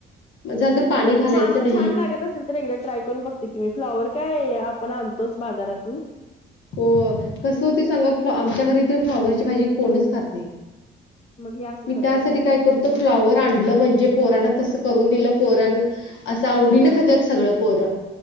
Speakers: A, on the left; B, on the left.
A: झालं तर पाणी
B: नाही
A: घालायचं
B: छान
A: नाही.
B: छान लागत असल असल तर एकदा ट्राय करून बघते की मी फ्लॉवर काय आपण आणतोच बाजारातून
A: हो कसं होते सांगा आमच्या घरी तर फ्लॉवरची भाजी कोणीच खात नाही.
B: मग हे असं
A: मी
B: करता
A: त्यासाठी काय करतो फ्लावर आणलं म्हणजे पोरान तस करून दिलं पोरन असं आवडीनं खात्यात सगळं पोरं